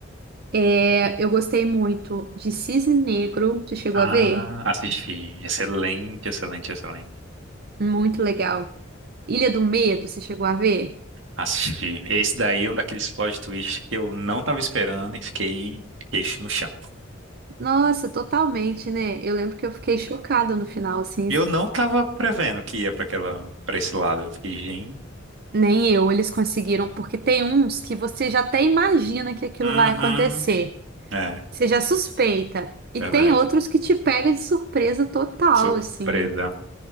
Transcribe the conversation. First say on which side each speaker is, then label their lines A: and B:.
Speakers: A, on the right; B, on the right.
A: é, eu gostei muito de Cisne Negro. Você chegou
B: Ah,
A: a ver?
B: assisti. Excelente, excelente, excelente.
A: Muito legal. Ilha do Medo, você chegou a ver?
B: Assisti. Esse daí é um daqueles plot twists que eu não tava esperando e fiquei queixo no chão.
A: Nossa, totalmente, né? Eu lembro que eu fiquei chocada no final, assim.
B: Eu não tava prevendo que ia pra aquela, para esse lado. Eu fiquei, gente.
A: Nem eu, eles conseguiram, porque tem uns que você já até imagina que aquilo
B: Uhum.
A: vai acontecer.
B: É,
A: Você já suspeita. E
B: verdade.
A: tem outros que te pega de surpresa total,
B: Surpresa.
A: assim.